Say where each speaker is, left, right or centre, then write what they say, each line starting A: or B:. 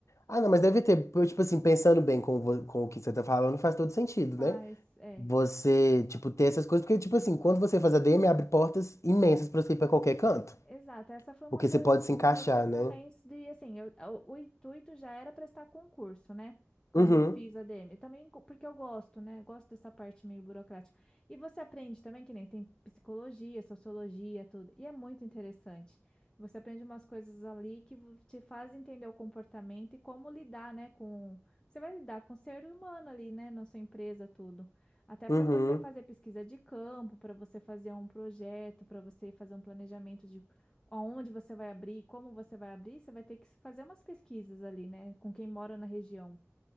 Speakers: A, on the left (about 75°); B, on the left (about 15°).
A: Ah, não, mas deve ter, tipo assim, pensando bem com, vo- com o que você tá falando, faz todo sentido,
B: Mas,
A: né?
B: é.
A: Você, tipo, ter essas coisas, porque, tipo assim, quando você faz a ADM, abre portas imensas pra você ir pra qualquer canto.
B: Exato, essa foi uma
A: Porque
B: da-
A: você pode
B: dos
A: se encaixar,
B: meus pensamentos
A: né?
B: de assim, eu- o, o intuito já era prestar concurso, né? Quando
A: Uhum,
B: eu fiz a DM, Eu também co- porque eu gosto, né? Eu gosto dessa parte meio burocrática. E você aprende também que nem tem psicologia, sociologia, tudo. E é muito interessante. Você aprende umas coisas ali que vo- te faz entender o comportamento e como lidar, né, com você vai lidar com o ser humano ali, né, na sua empresa, tudo. Até para
A: uhum.
B: você fazer pesquisa de campo, para você fazer um projeto, para você fazer um planejamento de aonde você vai abrir, como você vai abrir, você vai ter que fazer umas pesquisas ali, né, com quem mora na região.